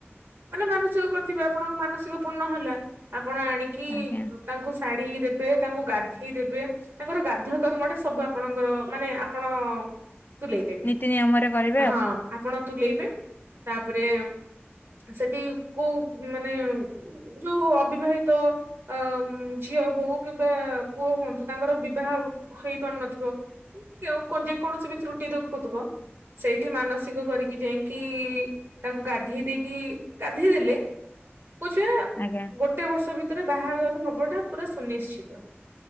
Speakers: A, on the right; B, on the left.
A: ମାନେ ମାନସିକ କରିଥିବେ, ଆପଣଙ୍କୁ ମାନସିକ ପୂର୍ଣ୍ଣ ହେଲା ।ଆପଣ ଆଣିକି
B: ଆଜ୍ଞା
A: ତାଙ୍କୁ ଶାଢ଼ୀ ଦେବେ, ତାଙ୍କୁ ଗାଧେଇ ଦେବେ, ତାଙ୍କର ଗାଧୁଆ କର୍ମଟେ ସବୁ ଆପଣଙ୍କର ମାନେ ଆପଣ ତୁଲେଇ ଦେବେ।
B: ନୀତି ନିୟମରେ କରି
A: ହଁ ଆପଣ ତୁଲେଇବେ, ତାପରେ ସେଠି କୋଉ ମାନେ ଯୋଉ ଅବିବାହିତ ଅ ଝିଅ ହଉ କିମ୍ବା ପୁଅ ହୁଅନ୍ତୁ ତାଙ୍କର ବିବାହ ହୋଇପାରୁ ନଥିବ ଯେଉଁ ଯେକୌଣସି ବି ତ୍ରୁଟି ଦେଖଉଥିବ ସେଇଠି ମାନସିକ କରିକି ଯାଇକି ତାଙ୍କୁ ଗାଧେଇ ଦେଇକି, ଗାଧେଇ ଦେଲେ କୁଛ
B: ଆଜ୍ଞା।
A: ଗୋଟେ ବର୍ଷ ଭିତରେ ବାହାଘର ହବାଟା ପୁରା ସୁନିଶ୍ଚିତ ।